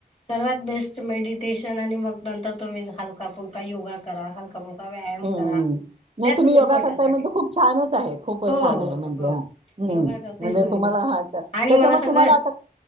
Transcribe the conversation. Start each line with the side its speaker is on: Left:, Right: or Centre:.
Left: सर्वात बेस्ट मेडिटेशन आणि मग नंतर तुम्ही हलका फुलका योगा करा हलका फुलका व्यायाम
Right: हं, हं.
Left: करा द्या
Right: नाही
Left: तुम्ही
Right: योगा
Left: स्वतःसाठी,
Right: करताय म्हणजे खूप छानच आहे. खूप
Left: हो
Right: छान
Left: हो
Right: आहे म्हणजे
Left: हो
Right: हां. हं.
Left: योगा करतेच
Right: म्हणजे
Left: नाही
Right: तुम्हाला
Left: मी
Right: हां, त्या
Left: आणि
Right: त्याच्यामुळे
Left: मला सगळं
Right: तुम्हाला
Left: ज्ञान आहे
Right: आता